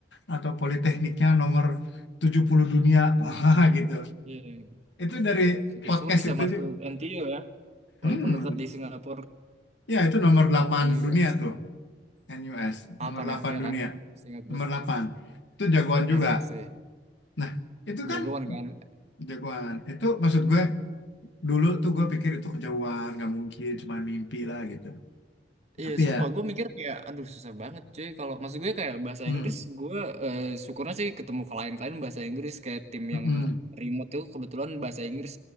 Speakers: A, on the left; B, on the right.
A: atau politekniknya nomor 70 dunia, <laughs> wah gitu.
B: Iya,
A: Itu dari
B: syukur-syukur
A: podcast
B: bisa
A: itu,
B: masuk
A: dia,
B: NTU ya.
A: hmm,
B: walaupun dekat di Singapura
A: ya itu nomor 8
B: in US
A: dunia
B: gitu.
A: tuh, NUS, nomor
B: apa
A: 8
B: ya ya
A: dunia,
B: kan Singapura
A: nomor 8. itu jagoan juga.
B: elit sih
A: Nah, itu kan
B: jagoan kan
A: jagoan, itu maksud gue dulu tuh gue pikir itu kejauhan nggak mungkin cuma mimpi lah gitu
B: iya
A: tapi
B: sumpah
A: ya
B: gue mikir kayak aduh susah banget cuy kalau maksud gue kayak bahasa
A: hmm
B: Inggris gue eh, syukurnya sih ketemu klien-klien bahasa Inggris kayak tim
A: hmm
B: yang remote tuh kebetulan bahasa Inggris